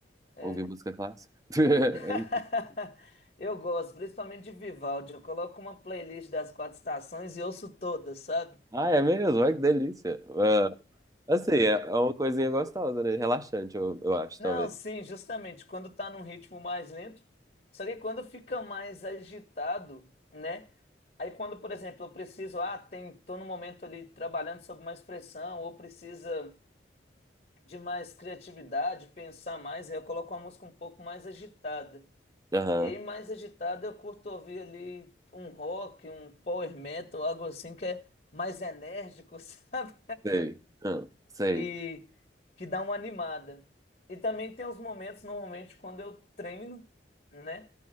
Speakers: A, on the left; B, on the right.
A: É.
B: ouvir música clássica. <laughs>
A: <laughs> Eu gosto, principalmente de Vivaldi. Eu coloco uma playlist das quatro estações e ouço todas, sabe?
B: Ah, é mesmo? Olha que delícia. Ah, assim, é é uma coisinha gostosa, né? Relaxante, eu, eu acho,
A: Não,
B: talvez.
A: sim, justamente quando tá num ritmo mais lento. Só que quando fica mais agitado, né? Aí quando, por exemplo, eu preciso, ah, tem, tô num momento ali trabalhando sob mais pressão, ou precisa de mais criatividade, pensar mais, aí eu coloco uma música um pouco mais agitada.
B: Aham,
A: E aí, mais agitada, eu curto ouvir ali um rock, um power metal, algo assim que é mais enérgico, <laughs> sabe?
B: sei. Aham, sei.
A: E que dá uma animada. E também tem os momentos, normalmente, quando eu treino, né?